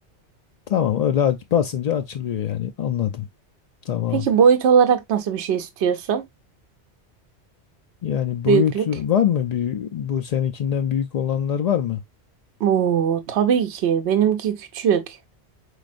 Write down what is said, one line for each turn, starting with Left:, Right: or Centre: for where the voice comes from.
Left: Tamam öyle aç, basınca açılıyor yani. Anladım. Tamam.
Right: Peki boyut olarak nasıl bir şey istiyorsun?
Left: Yani boyutu
Right: Büyüklük.
Left: var mı? Büyük, bu seninkinden büyük olanlar var mı?
Right: Oo tabii ki. Benimki küçük.